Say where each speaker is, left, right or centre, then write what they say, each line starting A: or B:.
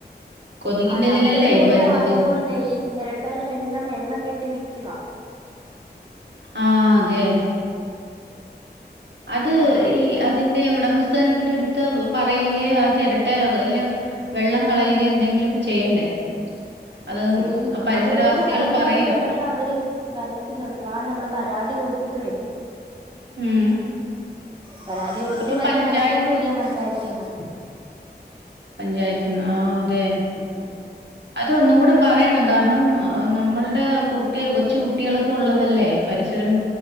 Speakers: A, on the right; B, on the right.
A: കൊതുകിന്റെതിലല്ലേ
B: ആഹ് റബറും തോട്ട
A: ഇത് വരുന്നത്.
B: ആയതുകൊണ്ടേയ് ചിരട്ടകളുടെ എല്ലാം വെള്ളം കെട്ടി നിൽക്കവാ
A: ആഹ് അതെ അത്
B: ആഹ്
A: ഈ അതിന്റെ ഉടമസ്ഥൻന്റെ അടുത്ത് പറയുകയോ ആ ചിരട്ട വല്ലോ വെള്ളം കളയുക എന്തെങ്കിലൊക്കെ ചെയ്യണ്ടേ അത്
B: ചെയ്
A: പരിസരവാസികള്
B: അവരോട് പറഞ്ഞാലുണ്ടല്ലോ
A: പറയാ.
B: അവര് വരത്തില്ല ഒരുപാട് നമ്മള് പരാതി കൊടുത്തിട്ടുവേ
A: ഉം
B: പരാതി കൊടുത്തിട്ടും
A: അപ്പൊ
B: വലിയ
A: പഞ്ചായത്തില്
B: അനക്കൊന്നുല്ല പഞ്ചായത്തീന്ന്
A: പഞ്ചായത്ത്ന്ന് ആഹ് അതെ
B: ഉം
A: അതൊന്നും കൂടെ പറയണം കാരണം നമ്മളുടെ കുട്ടി കൊച്ചു കുട്ടികളൊക്കെ ഉള്ളതല്ലേ പരിസരം